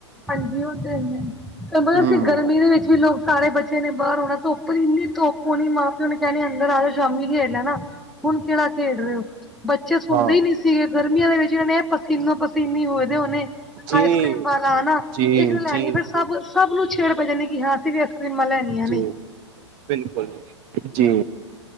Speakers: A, in the centre; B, on the right.
A: ਹਾਂਜੀ ਔਹ ਤੇ ਹੈ ਤੇ ਮਤਲਬ
B: ਹੂੰ
A: ਗਰਮੀ ਦੇ ਵਿੱਚ ਵੀ ਲੋਕ ਸਾਰੇ ਬੱਚ ਬੱਚੇ ਨੇ ਬਾਹਰ ਆਣਾ ਧੁੱਪਰ ਇੰਨੀ ਧੁੱਪ ਹੋਣੀ ਮਾਂ ਪਿਓ ਨੇ ਕਹਿਣੀ ਅੰਦਰ ਆ ਜਾਓ ਸ਼ਾਮੀ ਖੇਡ ਲੈਣਾ ਹੁਣ ਕਿਹੜਾ ਖੇਡ ਰਹੇ ਹੋ ਬੱਚੇ ਸੁਣਦੇ
B: ਹਾਂ
A: ਹੀ ਨਹੀਂ ਸੀਗੇ ਗਰਮੀਆਂ ਦੇ ਵਿੱਚ ਅਨੇ ਪਸੀਨੋ -ਪਸੀਨੀ ਹੋਏ ਦੇ ਹੋਨੇ
B: ਜੀ
A: ਆਈਸਕ੍ਰੀਮ ਬ ਹਾ ਨਾ
B: ਜੀ
A: ਇੱਕ ਲੈਣੀ
B: ਜੀ
A: ਫਿਰ ਸਭ, ਸਭ ਨੂੰ ਛੇੜ ਪੈ ਜਾਂਦੇ ਕਿ ਹਾਂ ਅਸੀਂ ਵੀ ਆਈਸ ਕਰ੍ਰੀਮਾਂ ਲੈਣੀਆਂ ਨੇ।
B: ਜੀ ਬਿਲਕੁਲ ਜੀ।